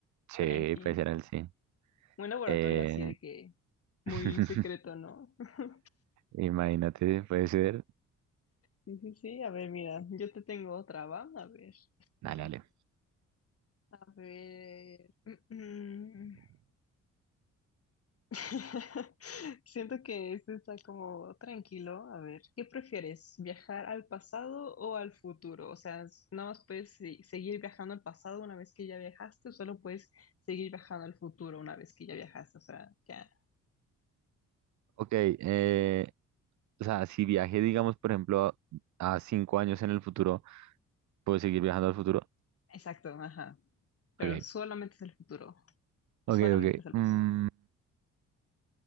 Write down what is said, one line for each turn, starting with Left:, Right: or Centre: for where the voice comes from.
Right: sí,
Left: tranqui.
Right: puede ser el sí.
Left: Un laboratorio
Right: Eh,
Left: así de que muy
Right: <laughs>
Left: secreto, ¿no? <laughs>
Right: Imagínate, puede ser.
Left: Sí, sí, sí. A ver, mira, yo te tengo otra, ¿va? A ver. este,
Right: Dale, dale.
Left: a ver. mm, mm. <laughs> Siento que este está como tranquilo. A ver, ¿qué prefieres? ¿Viajar al pasado o al futuro? O sea, s- nada más puedes se- seguir viajando al pasado una vez que ya viajaste, o solo puedes seguir viajando al futuro una vez que ya viajaste. O sea, ya.
Right: Ok, eh, o sea, si viaje, digamos, por ejemplo, a, a cinco años en el futuro, ¿puedo seguir viajando al futuro?
Left: Exacto, ajá. Pero
Right: Ok,
Left: solamente es el futuro,
Right: ok,
Left: solamente
Right: ok.
Left: es el pasado.
Right: Mm,